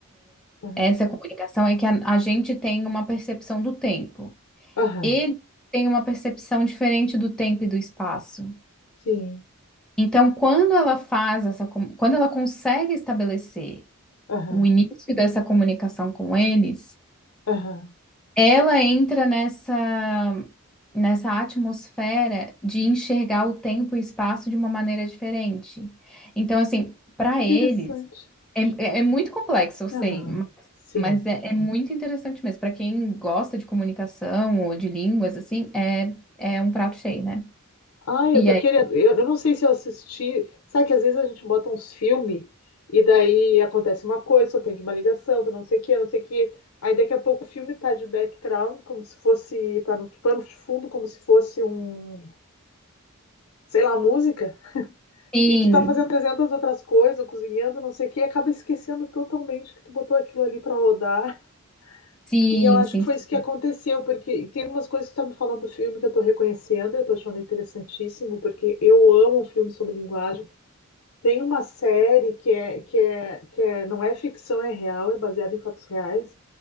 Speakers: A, on the left; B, in the centre.
A: Aham.
B: essa comunicação é que a a gente tem uma percepção do tempo.
A: Aham.
B: Ele tem uma percepção diferente do tempo e do espaço.
A: Sim.
B: Então, quando ela faz essa, com- quando ela consegue estabelecer
A: Aham.
B: o início dessa comunicação com eles,
A: Aham.
B: ela entra nessa nessa atmosfera de enxergar o tempo e espaço de uma maneira diferente. Então, assim, para
A: Que interessante.
B: eles é, é- é muito complexo, eu sei,
A: Aham.
B: mas,
A: Sim.
B: mas é, é muito interessante mesmo. Para quem gosta de comunicação ou de línguas, assim, é, é um prato cheio, né?
A: Ai,
B: E
A: eu tô
B: aí,
A: querendo. Eu, eu não sei se eu assisti. Sabe que às vezes a gente bota uns filmes e daí acontece uma coisa, só tem de uma ligação, do não sei o que, não sei o que. Aí daqui a pouco o filme tá de background, como se fosse. Tá no pano de fundo, como se fosse um. Sei lá, música.
B: sim,
A: E tu tá fazendo 300 outras coisas, cozinhando, não sei o que, e acaba esquecendo totalmente que tu botou aquilo ali pra rodar.
B: sim,
A: E eu acho
B: sim,
A: que foi
B: sim.
A: isso que aconteceu, porque tem algumas coisas que tu tá me falando do filme que eu tô reconhecendo, eu tô achando interessantíssimo, porque eu amo filme sobre linguagem. Tem uma série que é, que é, que é, não é ficção, é real, é baseada em fatos reais,